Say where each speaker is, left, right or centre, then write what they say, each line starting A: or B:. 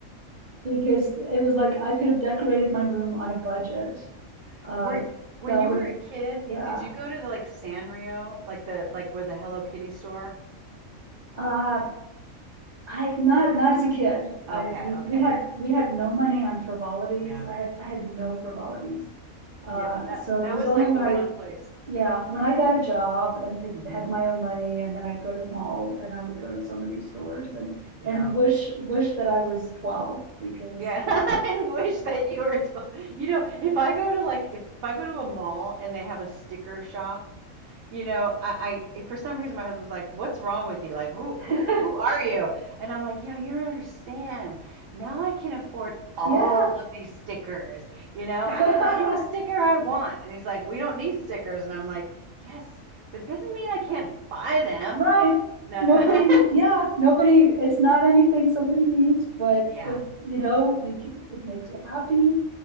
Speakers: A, on the right; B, on the right.
A: because it was like I could have decorated my room on a budget.
B: <laughs>
A: Uh,
B: Were when
A: that
B: you
A: would
B: were
A: have,
B: a kid,
A: yeah.
B: did you go to the like Sanrio, like the like where the Hello Kitty store?
A: Uh, I not not as a kid. I
B: Okay,
A: we,
B: okay.
A: we had we had no money on frivolities.
B: Yeah.
A: I had I had no frivolities. Uh,
B: Yeah, that
A: so
B: that
A: it was
B: was
A: only
B: like
A: when
B: the
A: I
B: one place.
A: yeah when I got a job and could
B: hmm
A: had my own money and then I'd go to the mall and I would go to some of these stores and
B: Yeah.
A: and wish wish that I was twelve because
B: Yeah, <laughs> and wish that you were 12. You know, if I go to like if if I go to a mall and they have a sticker shop, you know, I, I for some reason my husband's like, "What's wrong with you? Like, who who
A: <laughs>
B: who are you?" And I'm like, "You know, you don't understand. Now I can afford all
A: yeah.
B: of these stickers. You know,
A: <laughs>
B: I can buy any sticker I want." And he's like, "We don't need stickers." And I'm like, "Yes, but it doesn't mean I can't buy them."
A: Right.
B: No,
A: Nobody,
B: no.
A: yeah, nobody, it's not anything somebody needs,
B: <laughs>
A: but
B: Yeah.
A: if, you know, it, it makes you happy.